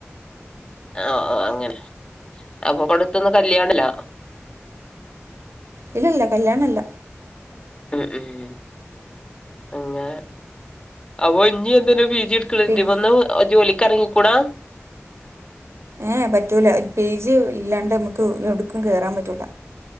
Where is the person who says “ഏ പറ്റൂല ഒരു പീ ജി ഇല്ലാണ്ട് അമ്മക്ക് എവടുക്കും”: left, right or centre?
Right